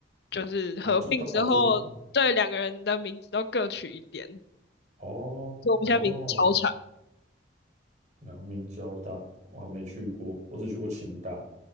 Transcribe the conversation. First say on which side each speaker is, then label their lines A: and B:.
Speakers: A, on the left; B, on the right.
A: 就是合并之后，
B: 哦，就到哦，就是到
A: 对两个人的名字都各取一点，
B: 哦哦，
A: 所以我们现在名字超长，
B: 阳明交大我还没去过，我只去过清大，